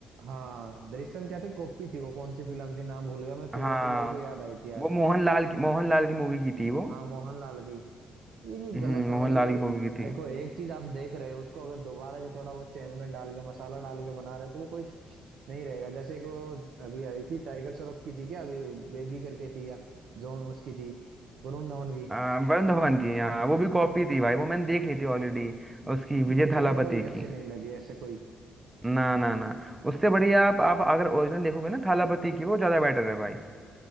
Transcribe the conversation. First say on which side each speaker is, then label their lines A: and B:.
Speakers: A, on the right; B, on the right.
A: हाँ दृश्यम क्या थी कॉपी थी वो कौन सी फिल्म थी नाम भूल गया मैं सुबह
B: हाँ
A: तो मेरे को याद आई थी यार
B: वो मोहनलाल की मोहनलाल की मूवी की थी वो
A: हाँ मोहनलाल की यार ये
B: हम्म
A: गलत है
B: मोहनलाल
A: मतलब
B: की
A: ए-
B: मूवी की
A: देखो
B: थी
A: एक चीज आप देख रहे हो उसको अगर दोबारा से थोड़ा बहुत चेंज में डाल के मसाला डाल के बना रहे हो, तो वो कोई नहीं रहेगा जैसे कि वो अभी आई थी टाइगर श्रॉफ की थी क्या अभी बेबी करके थी या जोन उसकी थी वरुण धवन की
B: आ, वरुण धवन की हाँ वो भी कॉपी थी भाई वो मैंने देख ली थी ऑलरेडी उसकी विजय
A: मुझे
B: थालापति
A: तो कोई
B: की
A: अच्छी नहीं लगी ऐसे कोई
B: ना ना ना उससे बढ़िया आप आप अगर ओरिजिनल देखोगे ना थालापति की वो ज़्यादा बेटर है भाई